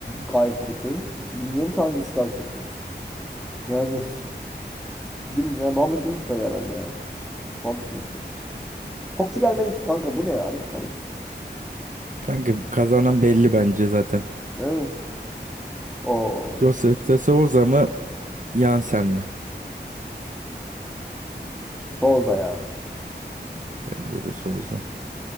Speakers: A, in the centre; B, on the right (about 45°).
A: gayet kötü. Bilmiyorum ki hangisi daha kötü. Yani Güm ya Muhammed Gümüşkaya herhalde ya. Muhammed Gümüşkaya. Topçu gelmedi ki kanka bu ne ya? Alex Alex.
B: Kanka kazanan belli bence zaten.
A: Evet. O
B: Joseph de Souza mı? Yansen mi?
A: Boza ya.
B: Bence de Souza.